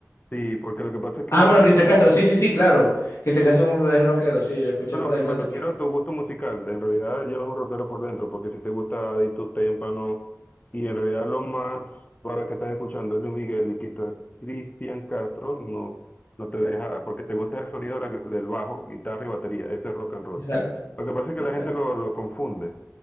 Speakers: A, on the left (about 30°); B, on the left (about 65°).
A: Sí, porque lo que pasa es que
B: Ah, bueno, Cristian Castro, sí, sí, sí, claro. Cristian Castro es rockero, sí, lo escuché
A: No, no,
B: por ahí
A: pero
B: en
A: me
B: una entrevista.
A: refiero a tu gusto musical. En realidad llevas un rockero por dentro, porque si te gusta Adictus Témpano, y en realidad lo más para que estás escuchando es Luis Miguel y quizás Cristian Castro, no, no te deja, porque te gusta el sonido de la- del bajo, guitarra y batería. Ese es rock and roll.
B: Exacto,
A: Lo que pasa es que
B: exacto.
A: la gente lo, lo confunde. O